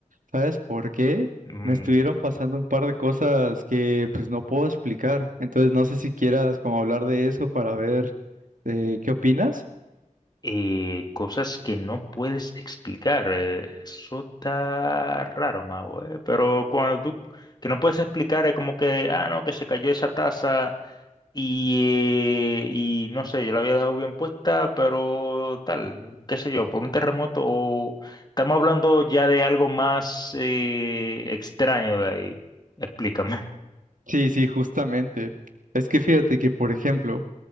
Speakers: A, on the right; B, on the left.
A: ¿Sabes por qué?
B: Mm,
A: Me estuvieron pasando un par de cosas que pues no puedo explicar. Entonces no sé si quieras como hablar de eso para ver eh, qué opinas.
B: eh, cosas que no puedes explicar. eh, eso está raro, Mao. eh, Pero cuando tú que no puedes explicar es como que, ah, no, que se cayó esa taza y, eh, y no sé, yo la había dejado bien puesta, pero tal, qué sé yo, por un terremoto o estamos hablando ya de algo más eh, extraño de ahí. Explícame. <laughs>
A: Sí, sí, justamente. Es que fíjate que, por ejemplo,